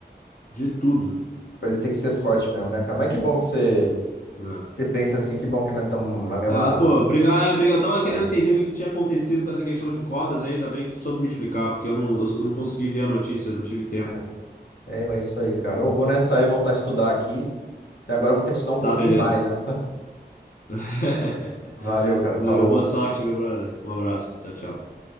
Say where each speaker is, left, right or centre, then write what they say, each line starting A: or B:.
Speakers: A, on the left (about 50°); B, on the left (about 70°).
A: De tudo,
B: Coisa tem que ser forte mesmo, né, cara? Mas que bom que você,
A: né?
B: que você pensa assim, que bom que nós estamos na mesma
A: Ah, pô, obrigado, obrigado. Eu tava
B: página.
A: querendo entender o que que tinha acontecido com essa questão de cotas, e ainda bem que tu soube me explicar, porque eu não, eu não consegui ver a notícia, não tive tempo.
B: É. É, mas é isso aí, cara. Eu vou nessa aí voltar a estudar aqui. E agora eu vou ter que estudar um pouquinho
A: Tá, beleza.
B: mais, né?
A: <laughs>
B: Valeu, cara.
A: Valeu,
B: Falou.
A: boa sorte, meu brother. Um abraço. Tchau, tchau.